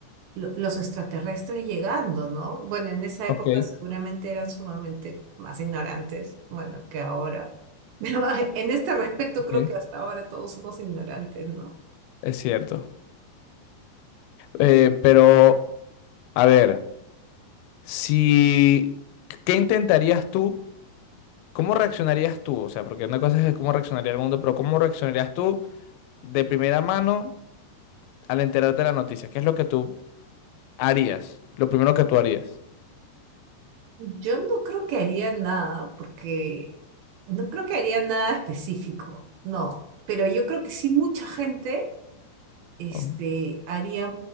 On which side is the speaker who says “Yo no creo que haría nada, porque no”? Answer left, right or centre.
Right